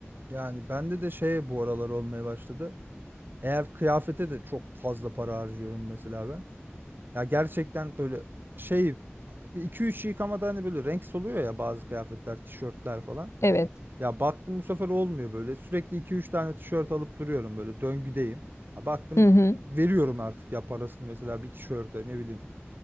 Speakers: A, on the right; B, on the left.
A: yani bende de şey bu aralar olmaya başladı. Eğer kıyafete de çok fazla para harcıyorum mesela ben. Ya gerçekten böyle şey 2-3 yıkamada hani böyle renk soluyor ya bazı kıyafetler, tişörtler falan.
B: Evet.
A: Ya baktım bu sefer olmuyor böyle. Sürekli iki üç tane tişört alıp duruyorum böyle döngüdeyim. Ya baktım
B: Hı hı.
A: veriyorum artık ya parasını mesela bir tişörte ne bileyim.